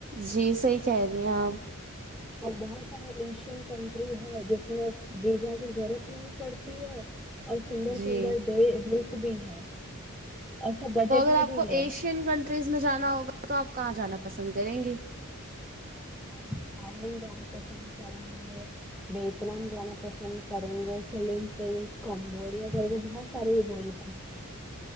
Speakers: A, on the right; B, in the centre.
A: جی صحی کہہ رہی ہیں آپ
B: اور بہت سارے ایشین کنٹری ہے جس میں دڈیا کی ضرورت بھی نہیں پڑتی ہے اور سندر
A: جی
B: سندر د ملک بھی ہے اور سب بجٹ
A: تو اگر
B: میں
A: آپ
B: بھی
A: کو
B: ہے
A: ایشین کنٹریز میں جانا ہوگا تو آپ کو کہاں جانا پسند کریں گے
B: ہاں آین جانا پسند کریں گے ویتنام جانا پسند کریں گے فلیم کمبوڑیا کہے بہت سے بولے